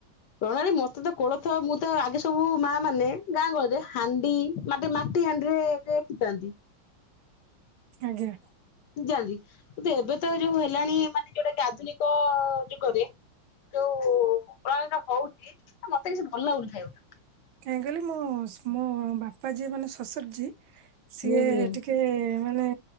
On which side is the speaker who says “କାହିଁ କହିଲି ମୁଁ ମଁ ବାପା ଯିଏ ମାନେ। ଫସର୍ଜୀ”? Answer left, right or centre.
Right